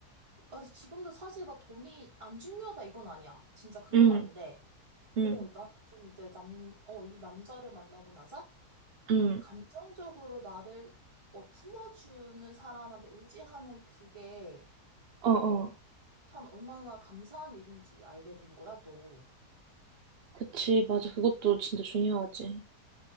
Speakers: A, on the right; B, on the right.
A: 아, 지금도 사실 막 돈이 안 중요하다 이건 아니야. 진짜 그건
B: 응,
A: 아닌데.
B: 응,
A: 어, 나는 좀 이제 남, 어, 이 남자를 만나고 나서,
B: 응.
A: 응, 감정적으로 나를, 어, 품어주는 사람한테 의지하는 그게,
B: 어,
A: 어,
B: 어.
A: 참 얼마나 감사한 일인지 알게 된 거야, 또.
B: 그치, 맞아. 그것도 진짜 중요하지.